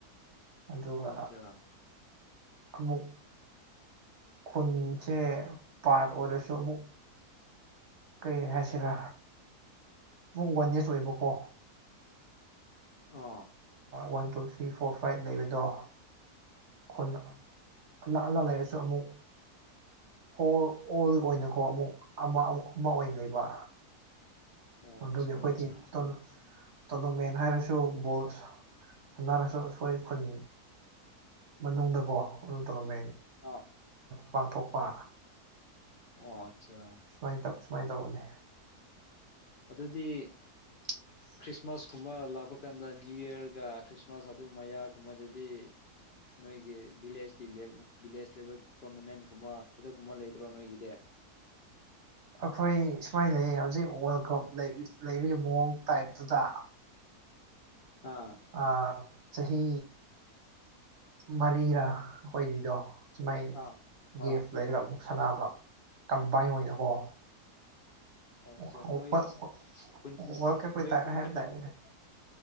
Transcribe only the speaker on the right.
ꯑꯗꯨꯒ
ꯑꯃꯨꯛ ꯈꯨꯟꯁꯦ ꯄꯥꯔꯠ ꯑꯣꯏꯔꯁꯨ ꯑꯃꯨꯛ
ꯀꯔꯤ ꯍꯥꯏꯁꯤꯔꯥ ꯄꯨ ꯋꯥꯟ ꯌ꯭ꯥꯔꯁ ꯑꯣꯏꯕꯀꯣ
one two three four five ꯂꯩꯕꯗꯣ ꯈꯨꯟ ꯑꯅꯛ ꯑꯅꯛ ꯂꯩꯔꯁꯨ ꯑꯃꯨꯛ ꯑꯣꯜ ꯑꯣꯜꯑꯣꯏꯅꯀꯣ ꯑꯃꯨꯛ ꯑꯃ ꯑꯃꯨꯛ ꯑꯃ ꯑꯣꯏꯅ ꯂꯩꯕ
ꯑꯗꯨꯒꯤ
ꯑꯩꯈꯣꯏꯗꯤ
ꯇꯣꯔꯅꯃꯦꯟ ꯍꯥꯏꯔꯁꯨ ꯕꯣꯜ ꯁꯥꯅꯔꯁꯨ ꯑꯩꯈꯣꯢ ꯈꯨꯟ ꯃꯅꯨꯡꯗꯀꯣ ꯑꯗꯨꯝ ꯇꯧꯔꯝꯃꯦ
ꯄꯥꯡꯊꯣꯛꯄ
ꯁꯨꯃꯥꯏꯅ ꯇꯧ ꯁꯨꯃꯥꯏꯅ ꯇꯧꯕꯅꯦ
<inaudible>
ꯑꯩꯈꯣꯏ ꯁꯨꯃꯥꯏꯅ ꯂꯩꯌꯦ ꯍꯧꯖꯤꯛ ꯋꯥꯔꯜ ꯀꯞ ꯂꯩꯕꯒꯤ ꯃꯑꯣꯡ ꯇꯥꯏꯞꯇꯨꯗ
ꯑꯥ ꯆꯍꯤ ꯃꯔꯤꯔꯥ ꯑꯩꯈꯣꯏꯒꯤꯗꯣ ꯁꯨꯃꯥꯏ
ꯒꯦꯐ
ꯂꯩꯔꯒ ꯑꯃꯨꯛ ꯁꯅꯕ ꯀꯝꯕꯥꯏꯟ ꯑꯣꯏꯅꯀꯣ
<unintelligible>
ꯋꯥꯜꯀꯞꯀꯤ
ꯇꯥꯢꯞ
ꯍꯥꯕ
ꯗꯥꯏꯅꯦ